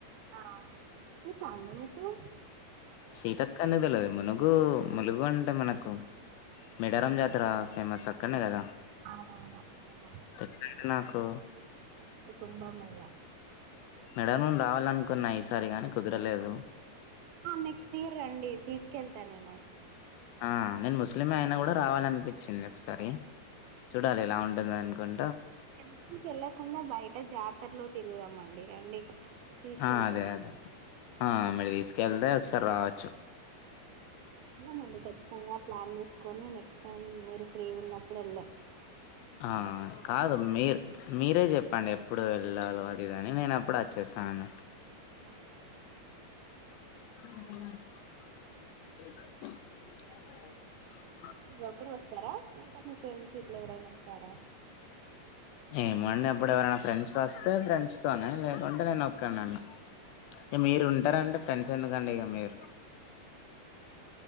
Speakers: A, on the right; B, on the left.
A: ఆ అవునవును <inaudible>
B: సీతక్క నే తెలివదు మునుగు ములుగు అంటే మనకు మిడారం జాతర ఫేమస్ అక్కడనే కదా
A: అవునవును పోవద్
B: తెలుసండి నాకు
A: సెకండ్ కుంభ మేళ
B: మెడ ను రావాలనుకున్నాయ్ ఈసారి గాని కుదరలేదు
A: నెక్స్ట్ ఇయర్ రండి తీసుకెళ్తా నేను
B: ఆ నేను ముస్లిం అయినా కూడా రావాలనిపిచింది ఒకసారి చూడాలి ఎలా ఉంటుంది అనుకుం
A: టెంపుల్కి వెళ్ళకుండా బయట జాతరలో తిరుగుదామండి రండి తీసుకెళ్తా
B: ఆ అదే
A: నేను
B: అదే ఆ మెడది కెల్దే ఒకసారి రావచ్చు
A: వెళ్ళమండి ఖచ్చితంగా ప్లాన్ చేసుకొని కన్ మీరు ఫ్రీ గున్నప్ ప్పుడలా
B: ఆ కాదు మీరు మీరే చెప్పండి ఎప్పుడు వెళ్ళాలో అది గాని నేనప్పుడు వచ్చేస్తాను
A: ఆ మోని
B: <inaudible>
A: మీరొకరు వస్తారా ఇంకా మీ ఫ్రెండ్స్ గిట్ల ఎవరైనా వస్తారా
B: ఏమండి అప్పుడు ఎవరైనా ఫ్రెండ్స్ వస్తే ఫ్రెండ్స్ తోనే లేకుంటే నేను ఒక్కనన్న మీరు ఉంటారండి ఫ్రెండ్సే కదా అండి మీరు